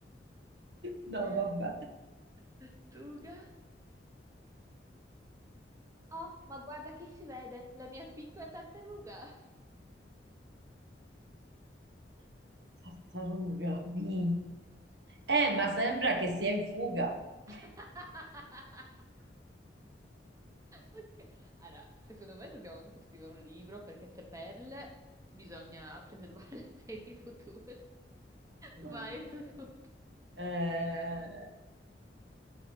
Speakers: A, on the right (about 75°); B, on the right (about 20°).
A: No,
B: Ok,
A: vabbè.
B: Lattuga. Oh, ma guarda che si vede, la mia piccola tartaruga.
A: Tartaruga, mi. Eh, ma sembra che sia in fuga. <laughs>
B: <laughs> Ok. Allora, secondo me dobbiamo anche scrivere un libro perché queste perle bisogna preservarle <laughs> per il futuro.
A: Mamma
B: Vai, è il tuo
A: mia.
B: turno.
A: Eh,